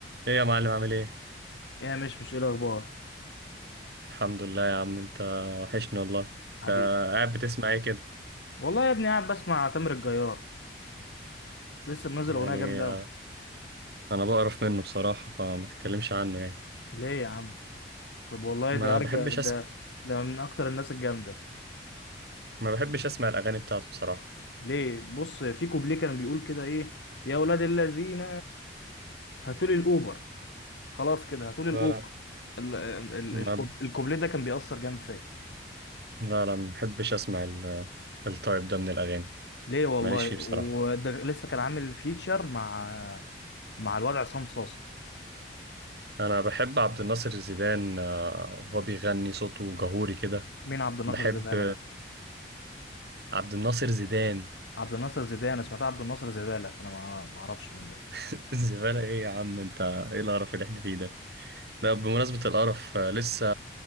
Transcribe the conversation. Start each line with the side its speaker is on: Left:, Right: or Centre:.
Right: ايه يا معلم عامل ايه؟
Left: يا مش مش ايه الاخبار
Right: الحمد لله يا عم انت وحشني والله انت
Left: حبيبي
Right: قاعد بتسمع ايه كده؟
Left: والله يا ابني قاعد بسمع تامر الجيار لسه منزل
Right: يعني
Left: اغنيه جامده
Right: آه،
Left: قوي
Right: انا بقرف منه بصراحة فما تتكلمش عنه يعني
Left: ليه يا عم طب والله
Right: ما
Left: ده ارجع
Right: بحبش
Left: ده
Right: اسمع
Left: ده من اكتر الناس الجامده
Right: ما بحبش اسمع الاغاني بتاعته بصراحة
Left: ليه بص في كوبليه كان بيقول كده ايه يا اولاد الذين هاتوا لي الاوبر خلاص كده هاتوا لي
Right: لا
Left: الاوبر
Right: لا
Left: ال- ال-
Right: ما
Left: الكوب- الكوبليه ده كان بيأثر جامد فيا
Right: لا لا ما بحبش اسمع ال... التايب ده من الاغاني
Left: ليه والله
Right: ماليش فيه بصراحة
Left: وده لسه كان عامل فيتشر مع مع الواد عصام صاصا
Right: انا بحب عبد الناصر زيدان آه، هو بيغني صوته جهوري كده
Left: مين عبد الناصر
Right: بحب
Left: زبالة ده
Right: عبد الناصر زيدان
Left: عبد الناصر زيدان أنا سمعتها عبد الناصر زبالة فأنا ما ما أعرفش مين ده
Right: <laughs> زبالة ايه يا عم انت ايه القرف اللي احنا فيه ده بقى بمناسبة القرف آه، لسه